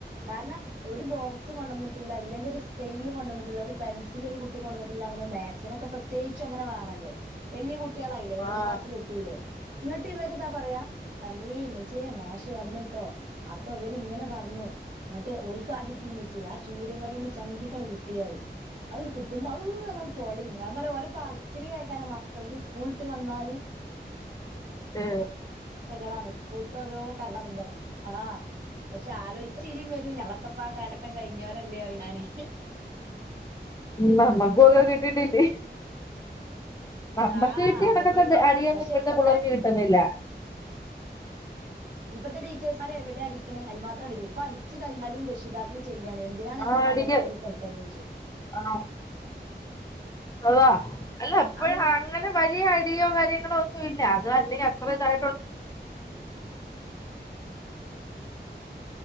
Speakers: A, on the right; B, on the left.
A: കാരണം ഒരുബോക്സ് കൊണ്ടുവന്നിട്ടില്ല അല്ലെങ്കിൽ ഒരു സ്കെയിലുകൊണ്ടുവന്നിട്ടില്ല, ഒരു പെൻസിലൊരു കുട്ടി കൊണ്ടുവന്നിട്ടില്ല അങ്ങനെ മാക്സിനൊക്കെ പ്രത്യേകിച്ചും വേണല്ലോ വലിയ കു കുട്ടികളായില്ലേ, ഏഴാം
B: ആഹ്
A: ക്ലാസ്സിലെത്തിയില്ലേ ഇങ്ങട്ട് ഇവരിതാ പറയാ, അമ്മീ, അമ്മച്ചിയേ മാഷ് വന്നീട്ടോ അപ്പൊ അവരിങ്ങനെ പറഞ്ഞു. ഇങ്ങോട്ട് ഓല്ക്ക് അടി കിട്ടി ഉമ്മച്ചിയെ ആ ചൂരൻവടി കൊണ്ട് ചന്തിക്കാണുകിട്ടിയത് കിട്ടുമ്പം, അം.. വേണം പറച്ചിലിയേ കാരണം മക്കൾക്ക് സ്കൂൾ വിട്ട്‌വന്നാല്
B: ആ
A: കഥകളാണ് സ്കൂൾതെ ക്കോരോകഥ ആ.. പക്ഷേയാലോചിച്ചാ ചിരിയും വരും. ഞങ്ങളൊക്കെയിപ്പമാകാലഘട്ടം കഴിഞ്ഞവരല്ലേ, ഞാന്
B: ഉം.. നമ്മക്കുമങ്ങനെ കി ട്ടീയിട്ടില്ലേ നമ്മക്കു
A: ആഹ്
B: കിട്ടിയ
A: നമുക്ക്
B: കാലത്തെ
A: ഒരുപാട്
B: അടിയൊന്നും
A: പക്ഷെ
B: ഇപ്പളത്തെ
A: ഇപ്പത്തെ
B: പിള്ളേർക്ക് കിട്ടുന്നില്ല.
A: ഇപ്പളത്തെ ടീച്ചേഴ്സുമാരെവിടെ അടിക്കണേ, അടി മാത്രം ഇപ്പൊ അടിച്ചുകഴിഞ്ഞാലും രക്ഷിതാക്കള് ചോ ചോദിക്കാണ്. എന്തിനാണ്
B: ആ
A: എന്റെ മകനെനിങ്ങൾ
B: അടിക്ക്
A: തൊട്ടത് ചോദിക്കും
B: ആ അതാ, അല്ല ഇപ്പോളങ്ങനെ
A: അന്ന്
B: വലിയ അടിയോ കാര്യങ്ങളോ യൊ ഒന്നുമില്ല, അത് അങ്ങനെയപ്പം അവിടെയാണ്,